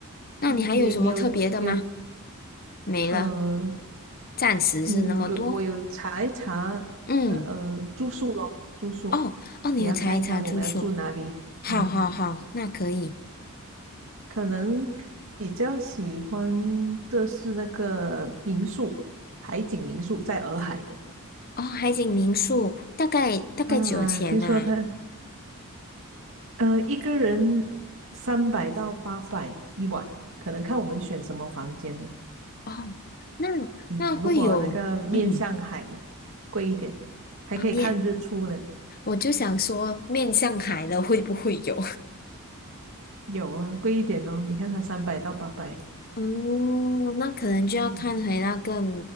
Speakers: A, on the left; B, on the right.
A: 那你还有什么特别的吗？
B: 你你你有你有
A: 没了，
B: 呃
A: 暂时是那么多。
B: 嗯，有我有查一查，
A: 嗯。
B: 呃，住宿咯，住宿
A: 哦哦，你有查一查住宿，
B: 也要看一看我们要住哪里。
A: 好好好，
B: 嗯，
A: 那可以。
B: 可能比较喜欢的是那个民宿，海景民宿在洱海的。
A: 哦，海景民宿大概大概几千呐、
B: 啊，听说他呃一个人三百到八百一晚，可能看我们选什么房间哦。
A: 哦，那那会有，
B: 嗯，如果那个面向海的，
A: 嗯
B: 贵一点，还可以看日出呢。
A: 啊面，我就想说面向海的会不会有？
B: 有啊，贵一点哦，你看它三百到八百。
A: 嗯，那可能就要看回那个
B: 嗯。